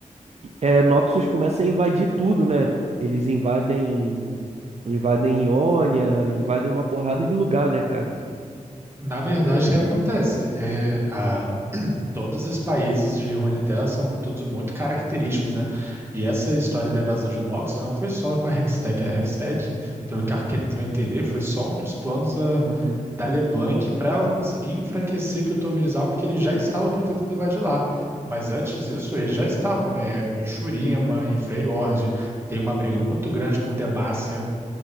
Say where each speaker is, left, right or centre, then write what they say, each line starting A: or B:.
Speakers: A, on the right; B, on the right.
A: é, Noxus começa a invadir tudo, né? Eles invadem, invadem Ionia, invadem uma porrada de lugar, né, cara?
B: Na verdade, o que acontece? É, a- <clears throat> todos os países de Runeterra são todos muito característicos, né? E essa história da invasão de Noxus não foi só com a Hextech. A Hextech, pelo que a Arcane vai entender, foi só um dos planos da,
A: Aham.
B: da LeBlanc para ela conseguir enfraquecer Piltoverizal, porque eles já estavam pretendendo invadir lá. Mas antes disso, eles já estavam é, em Shurima, em Freyord, tem uma briga muito grande com Demacia.